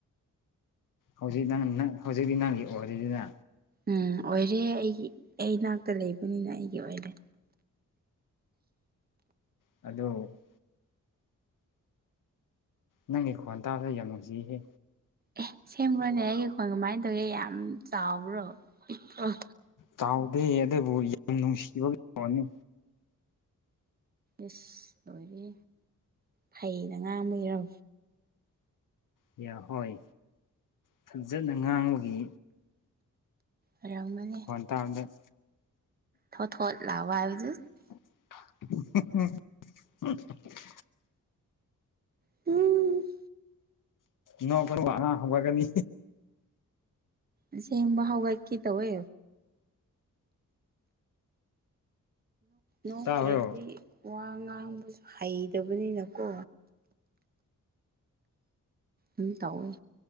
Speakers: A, on the left; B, on the right.
A: ꯍꯧꯖꯤꯛ ꯅꯪ ꯅꯪ ꯍꯧꯖꯤꯛꯇꯤ ꯅꯪꯒꯤ ꯑꯣꯏꯔꯤꯗꯤꯅ꯫
B: ꯎꯝ ꯑꯣꯏꯔꯦ ꯑꯩꯒꯤ ꯑꯩ ꯏꯅꯥꯛꯇ ꯂꯩꯕꯅꯤꯅ ꯑꯩꯒꯤ ꯑꯣꯏꯔꯦ꯫
A: ꯑꯗꯣ꯫ ꯅꯪꯒꯤ ꯈꯣꯟ ꯇꯥꯕꯁꯦ ꯌꯥꯝ ꯅꯨꯡꯁꯤꯍꯦ꯫
B: ꯑꯦ ꯁꯦꯡꯕꯔꯣꯅꯦ ꯑꯩꯒꯤ ꯈꯣꯏꯥꯟ ꯀꯃꯥꯏ ꯇꯧꯒꯦ ꯌꯥꯝ ꯆꯥꯎꯕ꯭ꯔꯣ ꯄꯤꯛꯄꯔꯣ꯫
A: ꯆꯥꯎꯗꯦ ꯑꯗꯨꯕꯨ ꯌꯥꯝ ꯅꯨꯡꯁꯤꯕꯒꯤ ꯈꯣꯟꯅꯤ꯫
B: ꯏꯁ ꯂꯣꯏꯔꯦ ꯐꯩꯅ ꯉꯥꯡꯕꯒꯤꯔꯣ꯫
A: ꯌꯥ ꯍꯣꯏ ꯐꯖꯅ ꯉꯥꯡꯕꯒꯤ꯫
B: ꯑꯣꯏꯔꯝꯃꯅꯤ꯫
A: ꯇꯥꯡꯗꯦ꯫
B: ꯊꯣꯠ ꯊꯣꯠ ꯂꯥꯎꯕ ꯍꯥꯏꯕꯗꯨ
A: <unintelligible>
B: <unintelligible>
A: ꯅꯣꯛꯀꯅꯨ ꯑꯉꯥꯡ ꯍꯧꯒꯠꯀꯅꯤ꯫
B: ꯑꯁꯦꯡꯕ ꯍꯧꯒꯠꯀꯦ ꯇꯧꯋꯦ꯫ ꯅꯣꯛꯇ꯭ꯔꯗꯤ
A: ꯇꯥꯕ꯭ꯔꯣ
B: ꯋꯥ ꯉꯥꯡꯕꯁꯨ ꯍꯩꯇꯕꯅꯤꯅꯀꯣ꯫ ꯎꯝ ꯇꯧꯋꯦ꯫